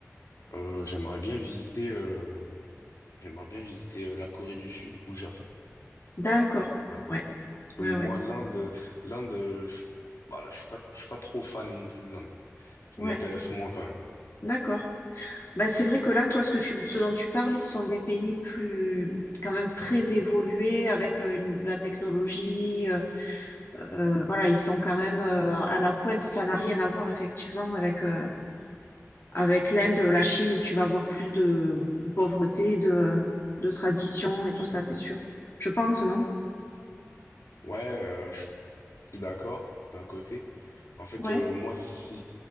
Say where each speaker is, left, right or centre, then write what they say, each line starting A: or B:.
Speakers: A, on the left; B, on the left.
A: euh, j'aimerais bien visiter, euh, j'aimerais bien visiter euh, la Corée du Sud ou le Japon.
B: D'accord.
A: Voilà.
B: Ouais,
A: Parce que
B: ouais,
A: moi,
B: ouais,
A: l'Inde, l'Inde, euh, je, voilà, je suis pas, je suis pas trop fan non plus de l'Inde. Ça
B: ouais.
A: m'intéresse moins quand même.
B: D'accord. Bah, c'est vrai que là, toi, ce que tu, ce dont tu parles, ce sont des pays plus, quand même très évolués avec euh, une, de la technologie. euh, euh, voilà, ils sont quand même euh, à la pointe. Ça n'a rien à voir effectivement avec euh, avec l'Inde, la Chine, où tu vas avoir plus de, de pauvreté, de de tradition et tout ça, c'est sûr. Je pense, non?
A: Ouais, euh, je suis d'accord d'un côté. Mais en fait,
B: Ouais.
A: euh, moi, si,